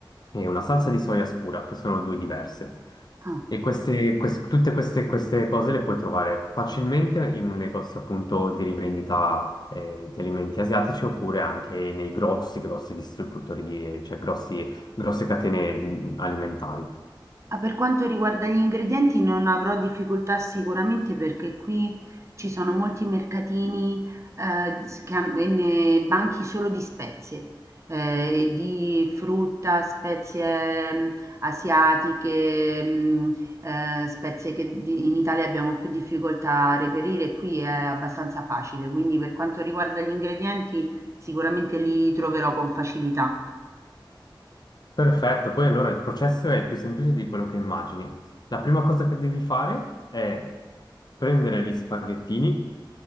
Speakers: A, on the left (about 55°); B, on the right (about 35°).
A: e una salsa di soia scura, che sono due diverse.
B: ah.
A: E queste, quest- tutte queste, queste cose le puoi trovare facilmente in un negozio appunto di rivendita eh, di alimenti asiatici oppure anche nei grossi, grossi distributori, di, cioè grossi, grosse catene mm, alimentari.
B: Ah, per quanto riguarda gli ingredienti non avrò difficoltà sicuramente perché qui ci sono molti mercatini eh, s- che han- e ne- banchi solo di spezie, eh, e di frutta, spezie mm, asiatiche, mm, eh, spezie che di- in Italia abbiamo più difficoltà a reperire, qui è abbastanza facile, quindi per quanto riguarda gli ingredienti sicuramente li troverò con facilità.
A: Perfetto, poi allora il processo è più semplice di quello che immagini. La prima cosa che devi fare è prendere gli spaghettini